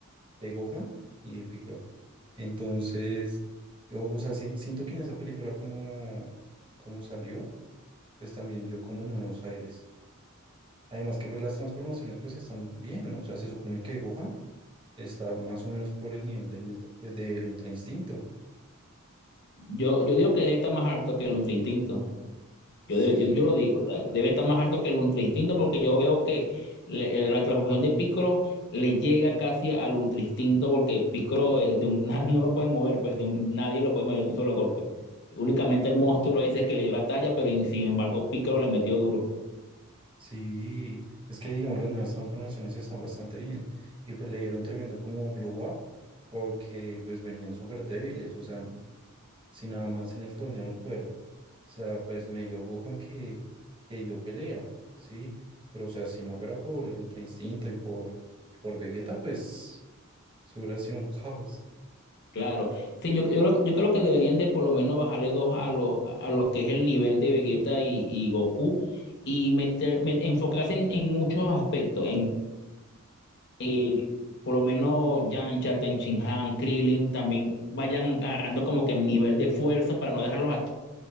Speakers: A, on the right; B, on the left.
A: de Gohan y de Piccolo. Entonces, o, o sea, sien- siento que en esa película como, como salió, pues también dio como nuevos aires. Además que pues las transformaciones pues están bien, o sea, se supone que Gohan está más o menos por el nivel del ultra- del Ultra Instinto.
B: Yo, yo digo que está más alto que el Ultra Instinto.
A: Sí,
B: Yo, de- yo, yo lo digo, o sea, debe estar más alto que el ultra instinto porque yo veo que le- eh, la transformación de Piccolo le llega casi al ultra instinto porque Piccolo eh, de un- <laughs> no lo pueden mover, pues de un, nadie lo puede mover de un solo golpe. Únicamente el monstruo ese que le dio la talla, pero y sin embargo Piccolo le metió duro.
A: sí, es que digamos las nuevas transformaciones están bastante bien y pues le dieron tremendo como glow up porque pues venían súper débiles, o sea, sin nada más en el torneo del fuera, o sea, pues medio Gohan que, que dio pelea, sí, pero o sea, si no fuera por el Ultra Instinto y por, y por Vegeta, pues eso hubiera sido un caos,
B: Claro. Sí, yo, yo, creo- yo creo que deberían de por lo menos bajarle dos a los a los que es el nivel de Vegeta y, y Goku y meter, me- enfocarse en, en muchos aspectos, eh, por lo menos Yamcha, Tenshinhan, Krillin también vayan agarrando como que nivel de fuerza para no dejarlos atrás